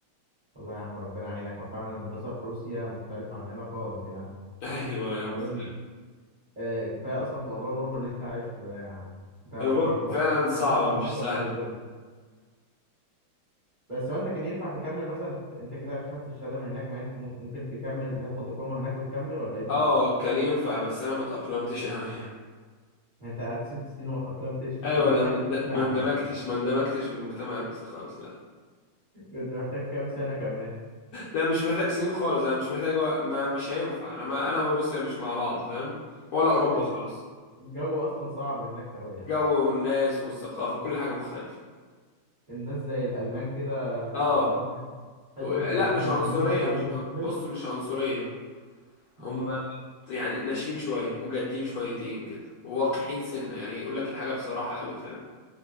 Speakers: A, on the right; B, on the left.
A: والله يا عم ربنا يعينك هو فعلا الدراسة في روسيا مختلفة عن هنا خالص يعني
B: <laughs> ايوه ايوه
A: بعدين
B: مختلف.
A: آه كفاية أصلا موضوع الغربة اللي أنت عشته ده يعني أنت
B: الغر
A: كنت مبسوط
B: فعلا صعبه
A: في الغربة
B: مش
A: هناك ولا
B: سهله
A: إيه الدنيا؟ بس هو أنت كان ينفع تكمل مثلا أنت كده خدت الشهادة من هناك ما أنت مم- ممكن تكمل تاخد إقامة هناك وتكمل ولا إيه الدنيا؟
B: اه كان ينفع بس انا ما تأقلمتش قوي
A: يعني أنت قعدت ست سنين وما اتأقلمتش
B: ايوه
A: كنت
B: لا
A: محتاج
B: ما اند-
A: كام سنة
B: ما
A: يا
B: اندمجتش
A: عم
B: ما اندمجتش في المجتمع الروسي خالص لا
A: <laughs> كنت محتاج كام سنة كمان
B: لا مش محتاج سنين خالص انا مش محتاج وق- ما مش هينفع انا ما انا وروسيا مش مع بعض فاهم ولا اوروبا
A: آه،
B: خالص
A: الجو أصلا صعب هناك أوي يعني
B: جو والناس والثقافة كل حاجة مختلفة
A: الناس زي الألمان كده
B: اه
A: عندهم حتة
B: و- لا
A: اللي هم
B: مش
A: ما
B: عنصرية
A: بيحبوش الشعب
B: مش
A: المختلف
B: عن- بص مش عنصرية
A: ما
B: هم
A: أعرفش
B: يعني ناشفين شوية وجادين شويتين كده وواقحين سنة يعني يقول لك الحاجة بصراحة قوي فاهم